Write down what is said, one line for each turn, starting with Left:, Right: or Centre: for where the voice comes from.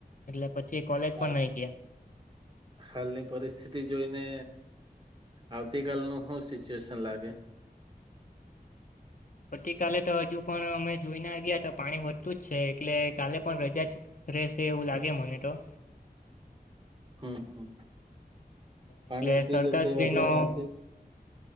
Left: એટલે પછી કોલેજ
Right: તો
Left: પણ નઈ ગયા.
Right: હાલની પરિસ્થિતિ જોઈને આવતીકાલનું હુ સિચ્યુએશન લાગે?
Left: આવતીકાલે તો હજુ પણ અમે જોઈને આવ્યા તો પાણી વધતું જ છે એટલે કાલે પણ રજા રેશે એવું લાગે મને તો.
Right: હમ હમ પાણી
Left: એટલે
Right: ઉતરી
Left: સરકારશ્રીનો
Right: જશે એવા કોઈ ચાન્સીસ.